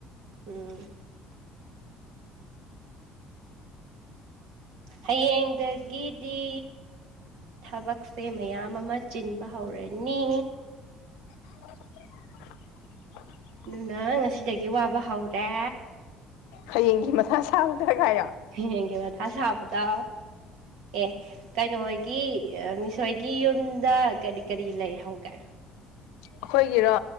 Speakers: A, on the right; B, on the left.
A: ꯎꯝ ꯍꯌꯦꯡꯗꯒꯤꯗꯤ ꯊꯕꯛꯁꯦ ꯃꯌꯥꯝ ꯑꯃ ꯆꯤꯟꯕ ꯍꯧꯔꯅꯤ
B: <unintelligible>
A: ꯑꯗꯨꯅ ꯉꯁꯤꯗꯒꯤ ꯋꯥꯕ ꯍꯧꯔꯦ
B: ꯍꯌꯦꯡꯒꯤ ꯃꯊꯥ ꯁꯥꯕꯗꯒꯥꯏꯣ
A: ꯍꯌꯦꯡꯒꯤ ꯃꯊꯥ ꯁꯥꯕꯗ ꯑꯦ ꯀꯩꯅꯣ ꯑꯣꯏꯒꯦ ꯒꯤ ꯃꯤꯁꯣꯏꯒꯤ ꯌꯨꯝꯗ ꯀꯔꯤ ꯀꯔꯤ ꯂꯩꯍꯧꯒꯦ
B: ꯑꯩꯈꯣꯏꯒꯤꯔꯣ